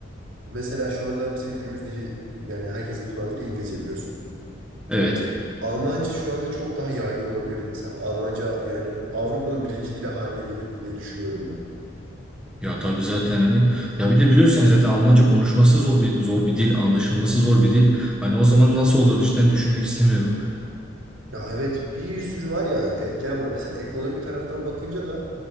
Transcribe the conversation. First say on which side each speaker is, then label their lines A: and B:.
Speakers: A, on the right; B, in the centre.
A: mesela şu anda bizim günümüz dili yani herkesin kullandığı dil İngilizce biliyorsun.
B: Evet.
A: Almanca şu anda çok daha yaygın olabilirdi mesela. Almanca yani Avrupa'nın birinci dili haline gelirdi diye düşünüyorum ben.
B: Ya tabii zaten hani ya bir de biliyorsun yani zaten Almanca konuşması zor bir zor bir dil, anlaşılması zor bir dil. Hani o zaman nasıl olur cidden düşünmek istemiyorum.
A: Ya evet bir sürü var ya etken var. Mesela ekonomik taraftan bakınca da